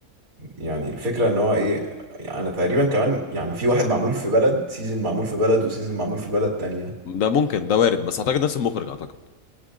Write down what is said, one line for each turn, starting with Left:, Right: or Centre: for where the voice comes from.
Right: يعني الفكرة ان هو ايه يعني انا تقريبا كمان يعني في واحد معمول في بلد سيزون معمول في بلد وسيزون معمول في بلد تانية
Left: ده ممكن ده وارد بس اعتقد نفس المخرج اعتقد